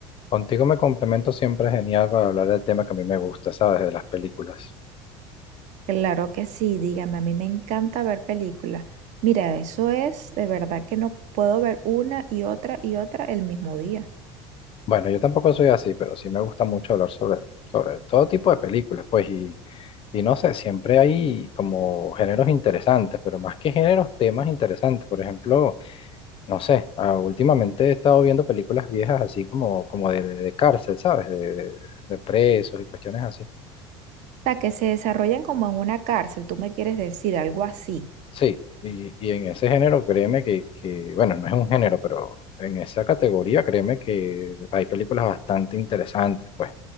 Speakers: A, on the left (about 40°); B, on the right (about 55°).
A: Contigo me complemento siempre genial para hablar del tema que a mí me gusta, ¿sabes? De las películas.
B: Claro que sí, dígame, a mí me encanta ver películas. Mira, eso es de verdad que no puedo ver una y otra y otra el mismo día.
A: Bueno, yo tampoco soy así, pero sí me gusta mucho hablar sobre, sobre todo tipo de películas, pues, y, y no sé, siempre hay como géneros interesantes, pero más que géneros, temas interesantes. Por ejemplo, no sé, ah, últimamente he estado viendo películas viejas así como, como de, de cárcel, ¿sabes? De, de de presos y cuestiones así.
B: O sea, que se desarrollan como en una cárcel, tú me quieres decir algo así.
A: Sí, y, y en ese género, créeme que, que, bueno, no es un género, pero en esa categoría, créeme que hay películas bastante interesantes, pues.